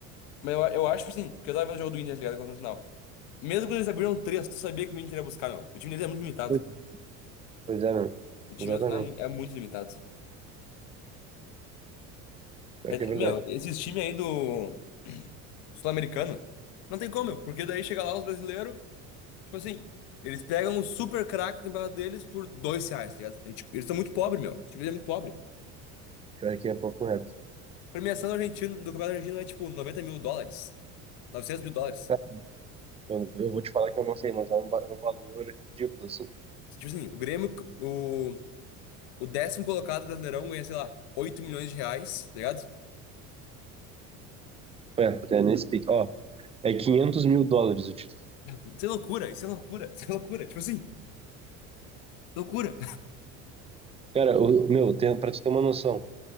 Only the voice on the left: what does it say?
Mas eu, eu acho, tipo assim, porque eu tava vendo o jogo do Inter tá ligado contra o Nacional. Mesmo quando eles abriram três, tu sabia que o Inter ia buscar, meu. O time deles é muito limitado.
O time
nacional é mu- é muito limitado.
É,
meu,
esses times aí do. Sul-Americano? Não tem como, porque daí chega lá os brasileiros, tipo assim, eles pegam o super craque do campeonato deles por dois reais, tá ligado? É, tipo, Eles são muito pobres, meu. O time é muito pobre.
A premiação do argentino, do campeonato argentino é tipo 90 mil dólares, 900 mil dólares.
Tipo assim, o Grêmio, o, o décimo colocado do brasileirão ganha, sei lá, 8 milhões de reais, tá ligado?
Isso é loucura, isso é loucura, isso é loucura. Tipo assim, loucura.